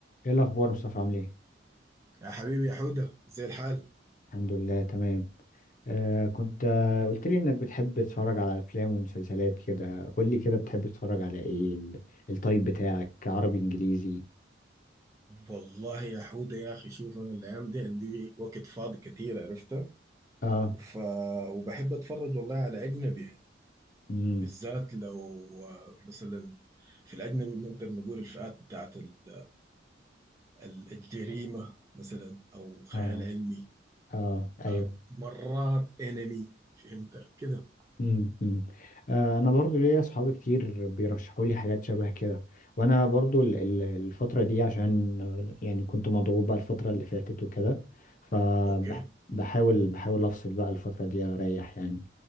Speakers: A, on the left; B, on the right.
A: ايه الاخبار مصطفى عامل ايه
B: يا حبيبي يا حودة زي الحال
A: الحمد لله تمام آه كنت آه قلت لي انك بتحب تتفرج على افلام ومسلسلات كده قول لي كده بتحب تتفرج على ايه ال- التايب بتاعك عربي انجليزي
B: والله يا حودة يا أخي شوف أنا الأيام دي عندي وقت فاضي كتير عرفتها
A: اه
B: ف... وبحب أتفرج والله على أجنبي يعني
A: امم
B: بالذات لو آه، مثلا في الأجنبي بنقدر نقول الفئات بتاعت ال- ال- الجريمة مثلا أو خيال
A: اه
B: علمي
A: اه ايوه
B: آه، مرات أنمي فهمت كده
A: مم، مم. آه، انا برضو ليا اصحاب كتير بيرشحوا لي حاجات شبه كده وانا برضو ال- ال- الفتره دي عشان آه، يعني كنت مضغوط بقى الفتره اللي فاتت وكده فبحاول
B: أوكي
A: بحاول افصل بقى الفتره دي اريح يعني